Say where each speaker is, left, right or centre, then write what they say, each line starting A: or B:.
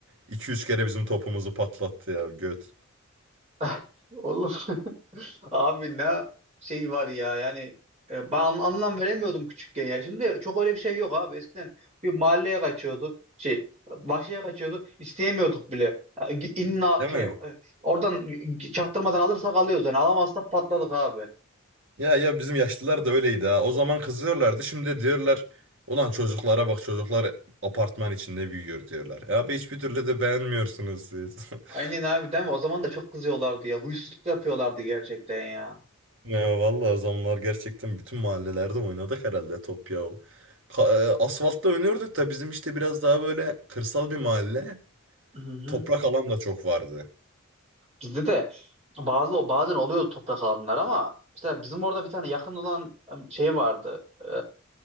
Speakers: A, on the right (about 55°); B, on the right (about 30°).
A: iki üç kere bizim topumuzu patlattı ya göt.
B: <laughs> Olur. <laughs> Abi ne şey var ya yani e, ben an- anlam veremiyordum küçükken ya. Şimdi çok öyle bir şey yok abi. Eskiden bir mahalleye kaçıyordu. Şey bahçeye kaçıyordu. İsteyemiyorduk bile. E, gi- İnna
A: Değil
B: şey
A: mi?
B: e, oradan e, çaktırmadan alırsak alıyoruz yani. Alamazsak patladık abi.
A: Ya ya bizim yaşlılar da öyleydi ha. O zaman kızıyorlardı. Şimdi de diyorlar ulan çocuklara bak çocuklar apartman içinde büyüyor diyorlar. E abi hiçbir türlü de beğenmiyorsunuz siz.
B: Aynen
A: <laughs>
B: abi değil mi? O zaman da çok kızıyorlardı ya. Huysuzluk yapıyorlardı gerçekten ya.
A: Ya vallahi o zamanlar gerçekten bütün mahallelerde oynadık herhalde top ya. Ka- e, asfaltta oynuyorduk da bizim işte biraz daha böyle kırsal bir mahalle.
B: Hı hı.
A: Toprak alan da çok vardı.
B: Bizde de bazı bazen oluyordu toprak alanlar ama mesela bizim orada bir tane yakın olan e, şey vardı. E,